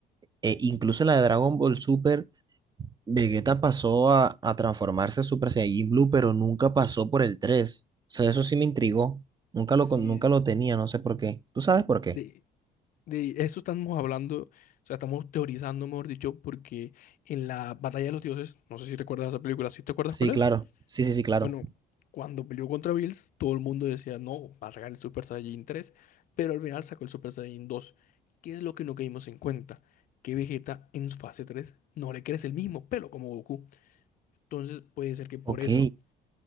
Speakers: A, on the right; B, on the left.
A: eh, incluso en la de Dragon Ball Super, Vegeta pasó a, a transformarse a Super Saiyajin Blue, pero nunca pasó por el tres O sea, eso sí me intrigó. Nunca lo,
B: Sí,
A: con- nunca lo tenía, no sé por qué. ¿Tú sabes por qué?
B: de, de eso estamos hablando, o sea, estamos teorizando, mejor dicho, porque en la Batalla de los Dioses, no sé si recuerdas esa película, ¿sí te acuerdas
A: Sí,
B: cuál
A: claro.
B: es?
A: Sí, sí, sí, claro.
B: Bueno, cuando peleó contra Bills, todo el mundo decía, no, va a sacar el Super Saiyajin tres, pero al final sacó el Super Saiyajin dos. ¿Qué es lo que no caímos en cuenta? Que Vegeta en su fase 3 no le crece el mismo pelo como Goku. Entonces puede ser que por
A: Ok,
B: eso.